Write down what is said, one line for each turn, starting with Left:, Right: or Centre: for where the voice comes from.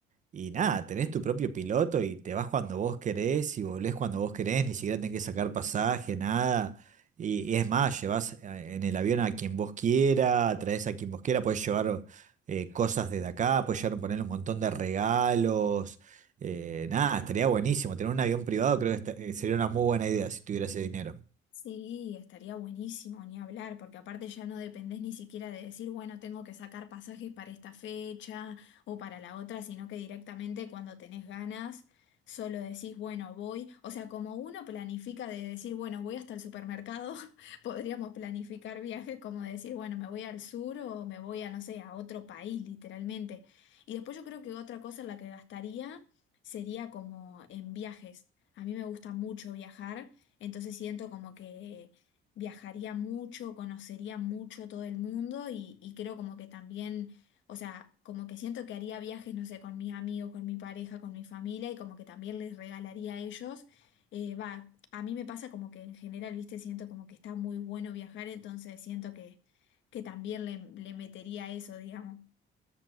Right: Y nada, tenés tu propio piloto y te vas cuando vos querés y volvés cuando vos querés, ni siquiera tenés que sacar pasaje, nada. Y, y es más, llevas eh, en el avión a quien vos quiera, traes a quien vos quiera, podés llevar eh, cosas desde acá, podés llevar, poner un montón de regalos. eh, nada, estaría buenísimo. Tener un avión privado creo que esta- eh, sería una muy buena idea si tuviera ese dinero.
Left: Sí, estaría buenísimo ni hablar, porque aparte ya no dependés ni siquiera de decir, bueno, tengo que sacar pasajes para esta fecha o para la otra, sino que directamente cuando tenés ganas, solo decís, bueno, voy. O sea, como uno planifica de decir, bueno, voy hasta el supermercado, <laughs> podríamos planificar viajes como decir, bueno, me voy al sur o me voy a, no sé, a otro país, literalmente. Y después yo creo que otra cosa en la que gastaría sería como en viajes. A mí me gusta mucho viajar. Entonces siento como que viajaría mucho, conocería mucho todo el mundo y, y creo como que también, o sea, como que siento que haría viajes, no sé, con mis amigos, con mi pareja, con mi familia y como que también les regalaría a ellos. Eh, va, a mí me pasa como que en general, viste, siento como que está muy bueno viajar, entonces siento que, que también le, le metería eso, digamos.